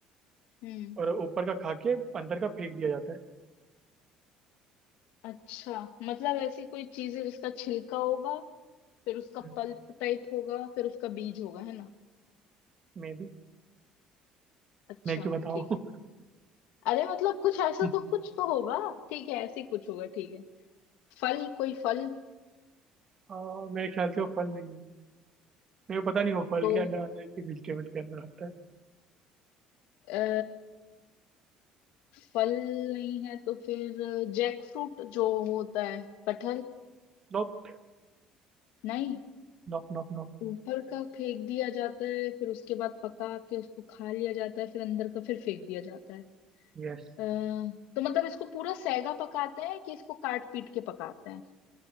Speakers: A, on the left; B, on the right.
A: हम्म
B: और ऊपर का खा के अंदर का फेंक दिया जाता है
A: अच्छा मतलब ऐसी कोई चीज है जिसका छिलका होगा फिर उसका
B: हम्म।
A: पल्प टाइप होगा फिर उसका बीज होगा है ना
B: मे भी
A: अच्छा
B: मैं क्यों बताऊँ
A: ठीक है अरे मतलब कुछ ऐसा
B: <laughs>
A: तो कुछ तो होगा ठीक है ऐसी कुछ होगा ठीक है फल कोई फल
B: हाँ मेरे ख्याल से वो फल नहीं है मेरे को पता नहीं वो फल
A: तो
B: के अंदर आता है कि वेजिटेबल के अंदर आता है
A: अ, फल नहीं है तो फिर जैक फ्रूट जो होता है कटहल
B: Nope
A: नहीं
B: Nope nope nope
A: ऊपर का फेंक दिया जाता है फिर उसके बाद पका के उसको खा लिया जाता है फिर अंदर का फिर फेंक दिया जाता है
B: Yes
A: अ, तो मतलब इसको पूरा सेगा पकाते हैं कि इसको काट पीट के पकाते हैं